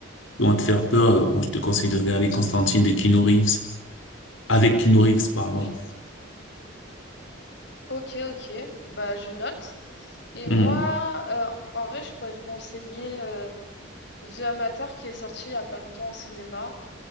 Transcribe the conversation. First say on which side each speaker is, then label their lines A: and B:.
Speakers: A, on the left; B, on the left.
A: qui vont te faire peur, euh, bon, je te conseille de regarder Constantine de Keanu Reeves. Avec Keanu Reeves, pardon.
B: Ok. Ok, ok. Bah, je note. Et
A: Hmm.
B: moi, euh, en vrai, je pourrais te conseiller euh, The Amateur qui est sorti il y a pas longtemps au cinéma.